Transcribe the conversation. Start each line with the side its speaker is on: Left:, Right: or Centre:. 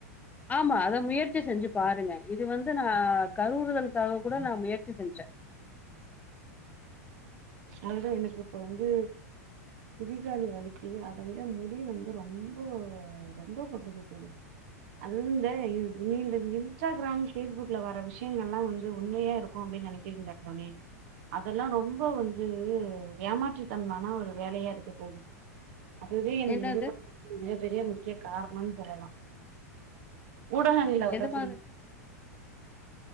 Left: ஆமா அத முயற்சி செஞ்சு பாருங்க இது வந்து நான் கருவுறுதல் காக கூட நான் முயற்சி செஞ்சேன்
Right: அது தா எனக்கு இப்ப வந்து குதிகாலி வலக்கு அதட முடி வந்து ரொம்ப ரொம்ப கொட்டுது அதுந்து இந்த ரீல் இந்த இன்ஸ்டாகிராம் பேஸ்புக்ல வர விஷயங்கள் எல்லாம் வந்து உண்மையா இருக்கும் அப்படின்னு நினைக்கக்கா சொி அதெல்லாம் ரொம்ப வந்து இது ஏமாற்றுத்தன்மான ஒரு வேலையா இருக்கு தோழி <unintelligible>
Left: என்னது
Right: இைய முக்கிய காரணம் சொல்லலாம் ஊட ஆங்கல உட
Left: எது
Right: குடி
Left: மாதிரி